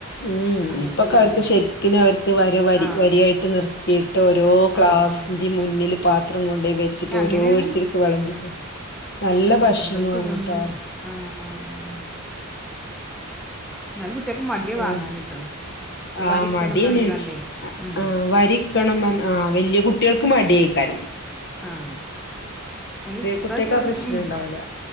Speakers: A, on the left; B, in the centre.
A: ഉം
B: അങ്ങനത്തതൊന്നും
A: ഇപ്പൊ കാലത്ത് ശെരിക്കിനും അവർക്ക് വര വരി
B: ആ
A: വരിയായിട്ട് നിർത്തിയിട്ട് ഓരോ ക്ലാസിന്റെ
B: ആ ആ
A: മുന്നില് പാത്ര - ത്രം കൊണ്ടുപോയി നിൽക്കും വെച്ചിട്ട്
B: ഏ, അങ്ങനെയാണ്
A: ഓരോരുത്തർക്ക് വെളമ്പി കൊടുക്കും നല്ല
B: ആ
A: ഭക്ഷണമാണ്
B: അത് സുഖങ്ങട്ട്
A: കേട്ടോ
B: ആഹ് ആഹ് ആഹ് <unintelligible> എന്നാലും കുട്ടിയക്ക് മടിയാണ്
A: ഏഹ്
B: വാങ്ങാനിട്ടോ
A: ആ
B: വരിക്കണ്ന്ന്
A: മടിയന്നെയാണ്
B: പറഞ്ഞിങ്ങാണ്ടേ ഉം
A: ആ വരിക്കണം പറഞ്ഞ് ആ വല്ലിയ കുട്ടിയൾക്കും മടിയായിക്കാരും
B: ആ <unintelligible> അത് ഇപ്രാശം
A: കുട്ടികൾക്ക് ആ പ്രശ്നം
B: ഉം
A: ഉണ്ടാവില്ല